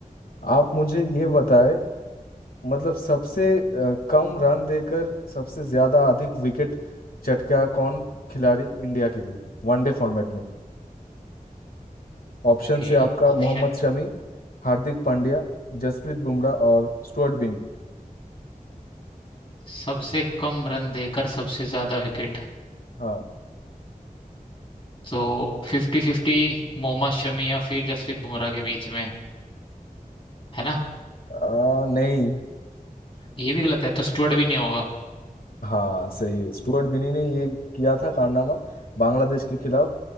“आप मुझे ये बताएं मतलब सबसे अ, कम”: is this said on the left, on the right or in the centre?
Left